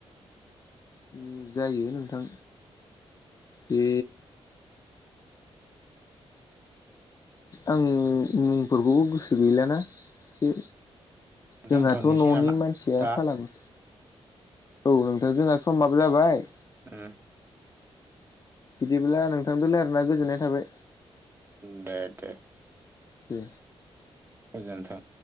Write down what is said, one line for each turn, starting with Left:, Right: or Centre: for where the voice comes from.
Left: उ जायो नोंथां बे आंनि मुंफोरखौबो गोसो गैलाना एसे जोंहाथ'
Right: दोनथ'नोसै
Left: न'नि
Right: नामा
Left: मानसिया
Right: दा
Left: खालामो औ नोंथां जोंहा समाबो जाबाय
Right: उम
Left: बिदिब्ला नोंथांजों रायलायना गोजोननाय थाबाय।
Right: दे दे
Left: दे
Right: गोजोनथों।